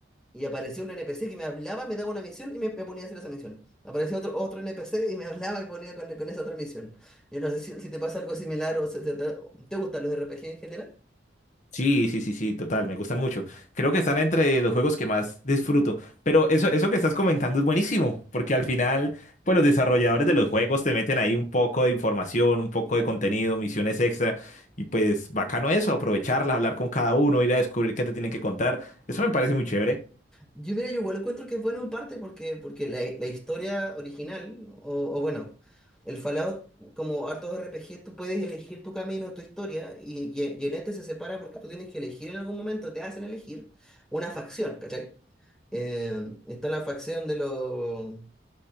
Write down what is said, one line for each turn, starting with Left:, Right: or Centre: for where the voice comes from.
Centre: Y aparecía un NPC que me hablaba, me daba una misión y me, me ponía a hacer esa misión. Aparecía otro, otro NPC y me hablaba y me ponía con, con esa otra misión. Yo no sé si, si te pasa algo similar o se- se te, te gustan los RPG en general.
Left: Sí, sí, sí, sí, total, me gustan mucho. Creo que están entre los juegos que más disfruto. Pero eso, eso que estás comentando es buenísimo, porque al final, pues los desarrolladores de los juegos te meten ahí un poco de información, un poco de contenido, misiones extra, y pues bacano eso, aprovecharla, hablar con cada uno, ir a descubrir qué te tienen que contar. Eso me parece muy chévere.
Centre: Yo, mira, yo igual encuentro que es bueno en parte porque, porque la, la historia original, o, o bueno, el Fallout, como harto R P G tú puedes elegir tu camino, tu historia, y, y, y en este se separa porque tú tienes que elegir en algún momento, te hacen elegir una facción, ¿cachai? Eh, está la facción de, los